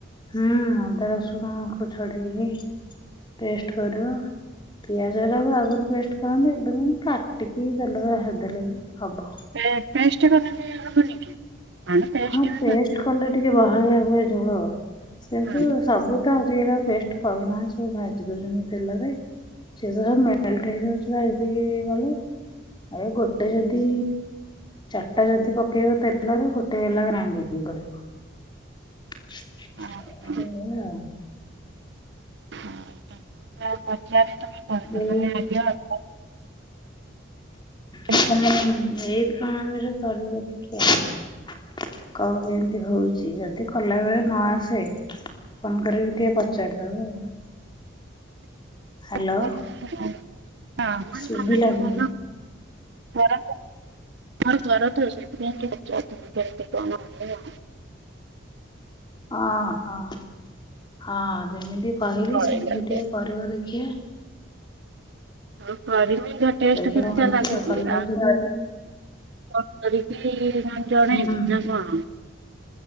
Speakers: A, on the left; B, on the right.
A: ହୁଁ ଅଦା ରସୁଣକୁ ଛଡ଼େଇକି ପେଷ୍ଟ କରିବ। ପିଆଜଟାକୁ ଆଗରୁ ପେଷ୍ଟ କରନ୍ତି ଏବେ ବି କାଟିକି ତେଲରେ ଭାଜି ଦେଲେ ବି ହବ।
B: ପେ ପେଷ୍ଟ କଲେ ବି ହବନି କି। ଆମେ ପେଷ୍ଟ
A: ହଁ
B: ବି
A: ପେଷ୍ଟ
B: କରିଦଉ
A: କଲେ ଟିକେ ବହଳିଆ ହୁଏ ଝୋଳ କିନ୍ତୁ
B: ହଁ
A: ସବୁ। ତ ଆଜି କାଲି ଆଉ ପେଷ୍ଟ କରୁନାହାଁନ୍ତି ସବୁ ଭାଜି ଦଉଛନ୍ତି ତେଲରେ। ସିଏ ତ ସବୁ ମେଲଟ ହେଇଯାଉଛି ଭାଜି ଦେଇ କଲେ। ଏ ଗୋଟେ ଯଦି ଚାରିଟା ଯଦି ପକେଇବ ତେଲରେ ଗୋଟେ ହେଲା ଗ୍ରାଇଣ୍ଡ। କରିବ। <unintelligible>
B: ହଁ ହଁ। <unintelligible>
A: ହୁଁ।
B: ଆଗେ ଅଦା କେମିତି
A: ହଁ ମାଡାମ ଏଇ ପ୍ରଣାଳୀରେ କରିବ ଦେଖିବା। କଣ କେମିତି ହଉଛି ଯଦି। କଲା ବେଳେ ନ ଆସେ ଫୋନ କରିକି ଟିକେ ପଚାରିଦବ ଆଉ।
B: <unintelligible>
A: ହାଲୋ। ଶୁଭିଲାନି
B: ଘରେ କରେତ ସେଇଥି ପାଇଁ ପଚାରୁ ଥିଲି କେମିତି କଣ ହବ।
A: ଅ ହଁ ହଁ ଯେମିତି କହିଲି
B: ଚଳିଲା
A: ସେମିତି
B: ସେ
A: ଟିକେ କରିବ ଦେଖିକି।
B: ହଁ କରିମି ତଟେଷ୍ଟ
A: ଦେଖିବା
B: କେମିତିଆ
A: କଣ ହଉଛି
B: ଲାଗୁଛି‌
A: କଲା ବେଳେ
B: ଆଉ।
A: ଯଦି
B: ତ କରିକି ତମକୁ ଜଣେଇବି
A: ହୁଁ ହୁଁ
B: ନା କଣ।